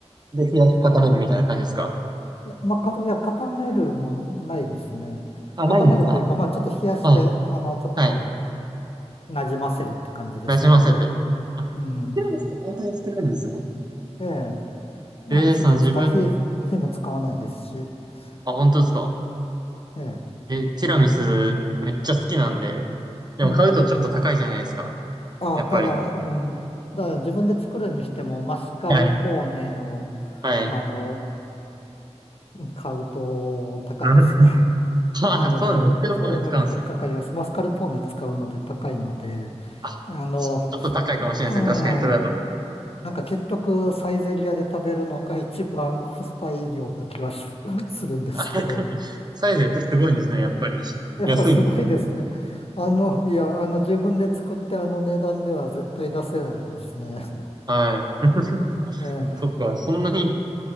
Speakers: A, on the right; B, on the left.
A: で、冷やし固めるみたいな感じですか
B: いやまあ、かいや、固めるもないですね。
A: あ、
B: 固めるというか、
A: ないんですか
B: まあ、ちょっと冷やして、
A: はい。
B: あの、ちょっと
A: はい。
B: なじませるって感じですけど、
A: なじませて。あ、
B: うん。
A: ティラミスって簡単に作れるんですね。
B: ええ、あの、
A: ええー、
B: 火も使、
A: その自分、
B: 火、火も使わないですし、
A: あ、本当ですか
B: ええ、ええ
A: え、ティラミスめっちゃ好きなんで、でも買うとちょっと高いじゃないですか。
B: うん。ああ、
A: やっぱり。
B: ただ、うん。だから自分で作るにしても、マスカルポーネを、
A: はい。はい。
B: あの、買うと高いですね。
A: あ <laughs>
B: なので、
A: あ、そうなの、モスクワポンで使うんですね。
B: それなりにかかります。マスカルポーネ使うので高いので、
A: あ、
B: あの、
A: ちょっと高いかもしれないですね。
B: うん、
A: 確かに、それだと。
B: なんか結局サイゼリアで食べるのが一番コスパいいような気はし <laughs> するんですけど、
A: あ <laughs> サイゼってすごいんですね、やっぱり。
B: やっぱすごいですね。
A: 安いんですね。
B: あの、いや、あの自分で作ってあの値段では絶対出せないですね。
A: はい。<laughs>
B: え
A: そっか、そんなに、